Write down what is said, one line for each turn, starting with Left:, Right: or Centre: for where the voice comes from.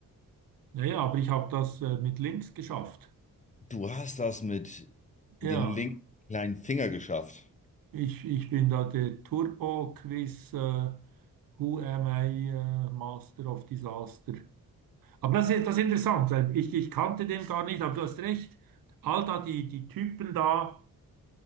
Right: Naja, aber ich habe das äh, mit links geschafft.
Left: Du hast das mit
Right: Ja,
Left: dem linken kleinen Finger geschafft.
Right: ich, ich bin da der Turbo-Quiz, äh, Who am I, äh, Master of Disaster. Aber das ist, das ist interessant, weil ich, ich kannte den gar nicht, aber du hast recht. All da die, die Typen da,